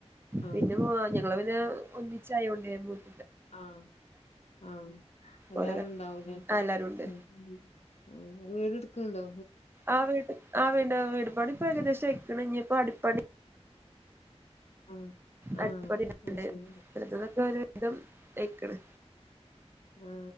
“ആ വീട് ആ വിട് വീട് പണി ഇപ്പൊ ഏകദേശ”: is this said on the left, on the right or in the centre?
Right